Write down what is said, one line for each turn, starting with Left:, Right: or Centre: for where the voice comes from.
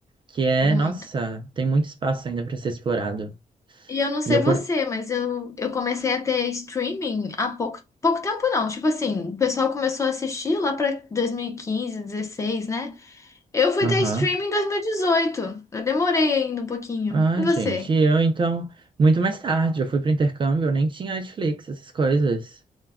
Right: que é,
Left: muito.
Right: nossa, tem muito espaço ainda para ser explorado.
Left: E eu não sei
Right: E eu
Left: você,
Right: por...
Left: mas eu, eu comecei a ter streaming há pouco, pouco tempo não. Tipo assim, o pessoal começou a assistir lá pra 2015, 16, né? Eu fui
Right: Aham.
Left: ter streaming em 2018. Eu demorei ainda um pouquinho.
Right: Ah,
Left: E você?
Right: gente, eu então, muito mais tarde, eu fui pro intercâmbio, eu nem tinha Netflix, essas coisas.